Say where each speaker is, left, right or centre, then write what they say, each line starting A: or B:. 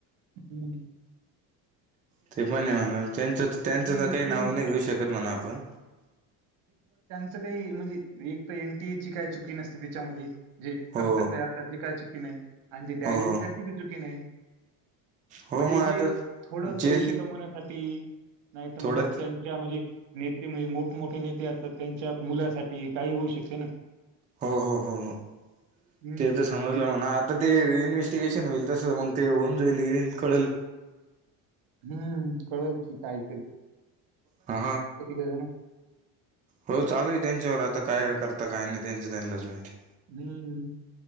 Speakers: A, on the right (about 70°); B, on the right (about 20°).
A: हम्म
B: ते पण हे म्हणा तेंच तेंचचं
A: की
B: तर काही
A: त्यांचं
B: नाव नाही घेऊ शकत म्हणा आपण.
A: च कही म्हंजे एक त एनटीएची काय चुकी नसते तेच्यामधी जे करते
B: हो
A: तयार त्याची काय चुकी नाही आणि जे द्यायलेत
B: हो हो
A: त्याची बी चुकी नाही
B: हो
A: म्हणजे
B: मग
A: जे
B: आता
A: थोडं
B: जेल
A: पैसे कमवण्यासाठी ते नाही तर
B: थोडं
A: मग त्यांच्या म्हणजे नेते म्हणजे मोठमोठे नेते असतात त्यांच्या मुलासाठी ते काही होऊ शकते ना.
B: हो हो हो हो
A: हम्म
B: ते तर समजलं
A: ते-
B: म्हणा आता ते इन्व्हेस्टिगेशन होईल. स मगतेऊन जाईली येल कळल.
A: हम्म कळेल की काय
B: हा
A: जण
B: हो चालू आहे त्यांच्यावर आता काय करत. आता काय नाही त्यांचं त्यांनाच माहिती
A: हम